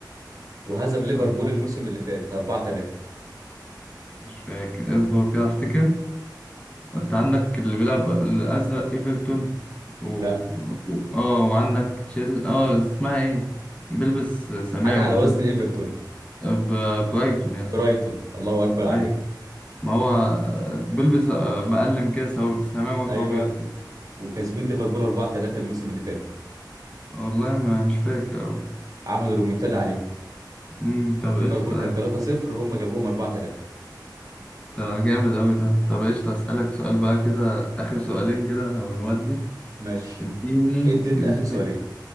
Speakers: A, on the right (about 50°); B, on the left (about 15°).
A: وهزم
B: مش
A: ليفربول
B: عارف
A: الموسم اللي فات 4-3
B: مش فاكر اصبر كده افتكر انت عندك اللي بيلعب الأزرق ايفرتون و...
A: لا
B: و... اه وعندك تشيل اه اسمها ايه بيلبس سماوي
A: حاجة على
B: مش
A: وزن
B: عارف
A: إيفرتون
B: ب- برايتون يا
A: برايتون
B: اسطى
A: الله أكبر عليك
B: ايوه ما هو آه، بيلبس آه، مقلم كده سو- سماوي
A: أيوه
B: في ابيض كده
A: وكاسبين ليفربول 4-3 الموسم اللي فات
B: والله ما مش فاكر أوي.
A: عملوا رومونتادا عليهم
B: امم طب
A: ليفربول
B: قشطة
A: كان 3-0 هم جابوهم 4-3
B: ده جامد أوي ده طب قشطة أسألك سؤال بقى كده آخر سؤالين كده ونودي
A: ماشي
B: اديني
A: ادي أنت
B: اديني
A: آخر سؤالين